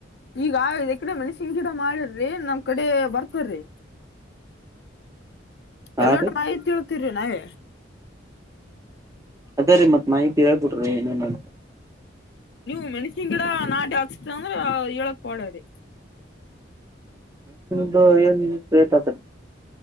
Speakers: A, on the left; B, on the right.
A: ಈಗ ಆ ಕಡೆ ಮನಸಿನ್ ಗಿಡ ಮಾಡಿರ್ರಿ ನಮ್ಮ್ ಕಡೆ ಬರ್ತಾರ್ರಿ
B: ಹಾ
A: ಎಲ್ಲ ಒಟ್ಟು
B: ರೀ
A: ಮಾಹಿತಿ ತಿರ ನಾವೇ
B: ಅದೇ ರೀ ಮತ್ ಮಾಹಿತಿ ಹೇಳ್ಬಿಡ್ರಿ ಏನೇನ
A: ನೀವು ಮೆಣಸಿನ್ ಗಿಡ ನಾಟಿ ಹಾಕ್ಸತ ಅಂದ್ರ ಳಕ್ ಪಡರಿ
B: ಇದು ಏನ್ ಏತ ಆತ